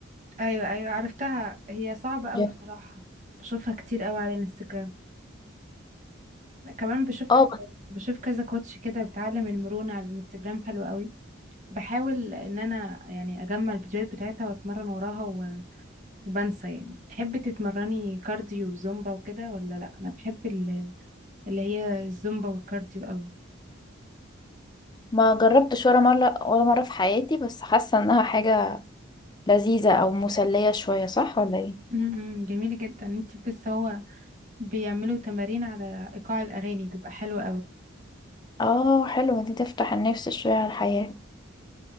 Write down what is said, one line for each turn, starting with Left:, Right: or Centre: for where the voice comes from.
Right: ايوه ايوه عرفتها هي صعبة قوي
Left: جيم.
Right: بصراحة بشوفها كتير قوي على الانستجرام كمان بشوف
Left: اه بس
Right: بشوف كذا كوتش كده بتعلم المرونة على الانستجرام حلو قوي بحاول ان انا يعني اجمع الفيديوهات بتاعتها واتمرن وراها و- وبنسى يعني تحبي تتمرني كارديو وزومبا وكده ولا لا انا بحب ال- اللي هي الزومبا والكارديو قوي
Left: ما جربتش ولا مرة ولا مرة في حياتي بس حاسة انها حاجة لذيذة أو مسلية شوية صح ولا ايه؟
Right: امم جميلة جدا انت بس هو بيعملوا تمارين على ايقاع الاغاني بيبقى حلو
Left: اه حلوة دي تفتح النفس شوية على الحياة